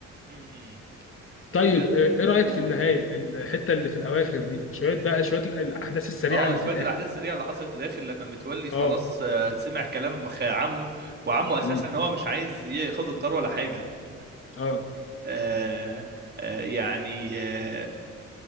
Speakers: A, on the right (about 35°); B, on the left (about 45°).
A: م-م.
B: طيب
A: بجد
B: آه، ايه رأيك
A: قول
B: في النهاية الحتة اللي في الأواخر دي شوية بقى شوية ال- الأحداث السريعة
A: اه
B: اللي
A: شويه
B: في الآخر
A: الاحداث السريعه اللي حصلت في الاخر لما متولي خلاص
B: اه
A: آه، سمع كلام خ- عمه وعمه اساسا
B: مم.
A: هو مش عايز ياخد الطار ولا حاجه
B: اه
A: آه آه يعني اه